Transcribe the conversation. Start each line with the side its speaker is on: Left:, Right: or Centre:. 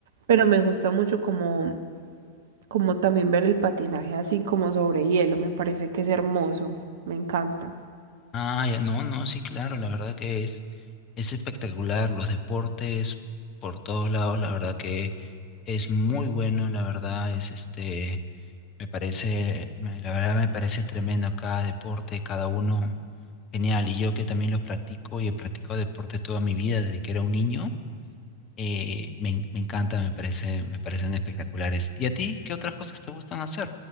Right: pero me gusta mucho como, como también ver el patinaje así como sobre hielo, me parece que es hermoso, me encanta.
Left: Ah, ya, no, no, sí, claro, la verdad que es, es espectacular. Los deportes por todos lados, la verdad que es muy bueno, la verdad, es este, me parece, me- la verdad me parece tremendo cada deporte, cada uno. Genial, y yo que también los practico y he practicado deportes toda mi vida desde que era un niño, eh, me, en- me encanta, me parece, me parecen espectaculares. ¿Y a ti qué otras cosas te gustan hacer?